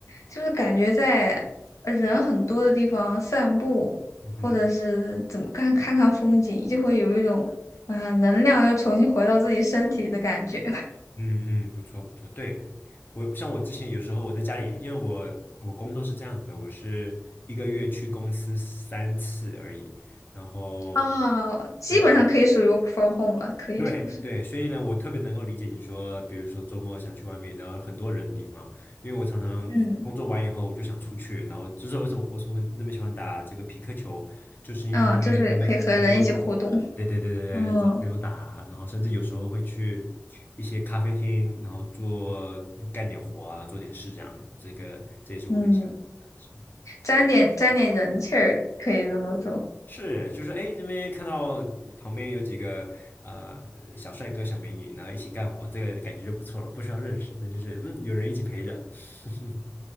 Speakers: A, on the left; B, on the left.
A: 就是感觉在呃人很多的地方散步，
B: 嗯哼。
A: 或者是怎么看看看风景，就会有一种啊、能量又重新回到自己身体的感觉。
B: 嗯嗯，不错不错，对，我像我之前有时候我在家里，因为我我工作是这样子的，我是一个月去公司三次而已，然后
A: 啊，基本上可以属于
B: 对，
A: w o 了，可以说是，
B: <laughs> 对对，所以呢，我特别能够理解你说，比如说周末想去外面，然后很多人的地方，因为我常常工作完以后我就想出去，
A: 嗯
B: 然后就是为什么为什么那么喜欢打这个匹克球，就是因为那边很很多人，
A: 嗯，就是可以和人一起互动，
B: 对对对对对，
A: 嗯
B: 找朋友打，然后甚至有时候会去一些咖啡厅，然后做干点活啊，做点事这样，这个这也是我很喜欢的，
A: 嗯，
B: 事情。
A: 沾点沾点人气儿，可以这么说。
B: 是，就是哎，那边看到旁边有几个啊、呃小帅哥、小美女，然后一起干活，这个感觉就不错了，不需要认识，那就是嗯，有人一起陪着。<laughs>